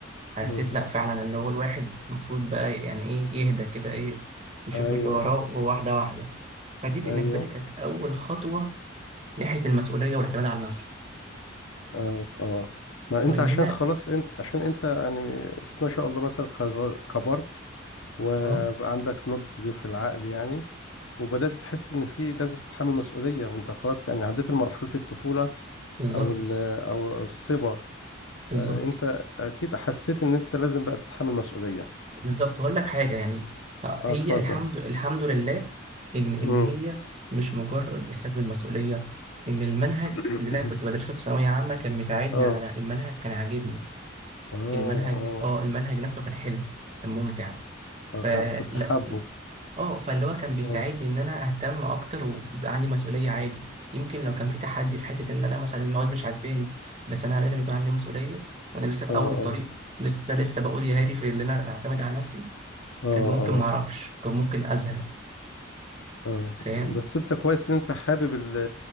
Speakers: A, on the right (about 35°); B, on the left (about 85°).
A: حسيت
B: مم.
A: لأ فعلا اللي هو الواحد المفروض بقى يعني إيه يهدى كده إيه ويشوف
B: أيوه
A: اللي وراه واحدة واحدة فدي بالنسبة
B: أيوه
A: لي كانت أول خطوة ناحية المسؤولية والاعتماد على النفس
B: اه اه ما
A: فمن
B: انت عشان
A: هنا
B: خلاص انت عشان انت يعني بس ما شاء الله مثلا كز- كبرت وبقى
A: أه
B: عندك نضج في العقل يعني وبدأت تحس ان في لازم تتحمل مسؤولية وانت خلاص يعني عديت مرحلة الطفولة
A: بالظبط
B: او ال- او أو الصبا
A: بالظبط
B: فانت اكيد حسيت ان انت لازم بقى تتحمل مسؤولية
A: بالظبط وأقول لك حاجة يعني آه،
B: اه
A: هي
B: اتفضل
A: الحمد الحمد لله إن إن
B: امم
A: هي مش مجرد إحساس بالمسؤولية إن المنهج
B: <coughs>
A: اللي أنا كنت بدرسه في ثانوية عامة كان مساعدني
B: اه
A: على ده المنهج كان عاجبني
B: اه
A: المنهج
B: اه
A: أه المنهج نفسه كان حلو كان ممتع فلا
B: اه كان- كنت حابه
A: اه فاللي هو كان بيساعدني
B: اه
A: ان انا اهتم اكتر ويبقى عندي مسؤوليه عادي يمكن لو كان في تحدي في حته ان انا مثلا المواد مش عاجباني بس انا لازم يكون عندي مسؤوليه وانا لسه في
B: اه اه
A: اول الطريق لسه لسه بقول يا هادي في اللي انا اعتمد على نفسي
B: اه
A: كان ممكن
B: اه
A: ما اعرفش كان ممكن ازهق
B: اه
A: فاهم
B: ب- بس انت كويس ان انت حابب ال